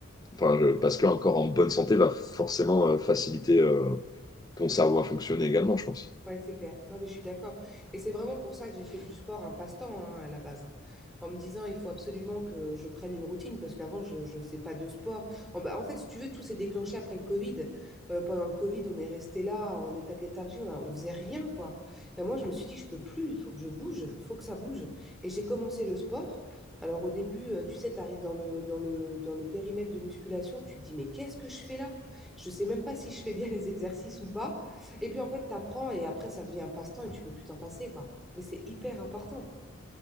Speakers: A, on the left; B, in the centre.
A: Enfin, le- parce qu'un corps en bonne santé va forcément euh, faciliter euh, ton cerveau va fonctionner également, je pense.
B: Ouais, c'est clair. Non, mais je suis d'accord. Et c'est vraiment pour ça que j'ai fait du sport un passe-temps hein, à la base. hein. En me disant, il faut absolument que je prenne une routine parce qu'avant, je ne faisais pas de sport. En, bah, en fait, si tu veux, tout s'est déclenché après le Covid. Euh, pendant le Covid, on est resté là en état de léthargie, on a, on faisait rien, quoi. Et moi, je me suis dit, je peux plus, il faut que je bouge, il faut que ça bouge. Et j'ai commencé le sport. Alors au début, euh, tu sais, tu arrives dans le, dans le, dans le périmètre de musculation, tu te dis, mais qu'est-ce que je fais là? Je ne sais même pas si je fais bien les exercices ou pas. Et puis en fait, tu apprends et après, ça devient un passe-temps et tu peux plus t'en passer, quoi. Mais c'est hyper important.